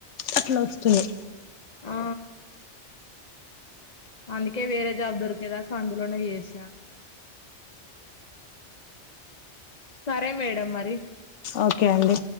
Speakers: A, on the left (about 80°); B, on the left (about 40°).
A: అట్లా వస్తుంది
B: ఆ అందుకే వేరే జాబ్ దొరికేదాకా అందులోనే చేసా సరే మేడం మరి
A: ఓకే అండి